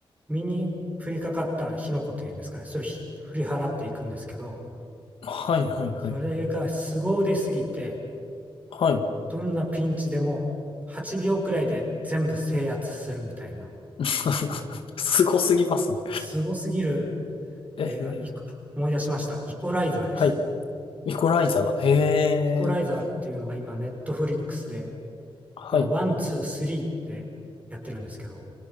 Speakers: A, on the right; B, on the left.
A: 身に降りかかった火の粉というんですかね、それをひ振り払っていくんですけど、
B: はい、はい、はい。
A: それが凄腕すぎて、
B: はい。
A: どんなピンチでも8秒くらいで全部制圧するみたいな、
B: <laughs> すごすぎますね。
A: 凄すぎる
B: ええ、
A: 映画、い思い出しました。イコライザーです。
B: はい。イコライザー。へ
A: イコライザーっていうのが今、
B: え。
A: ネットフリックスで、
B: はい。
A: まあ、ワン、ツー、スリーってやってるんですけど、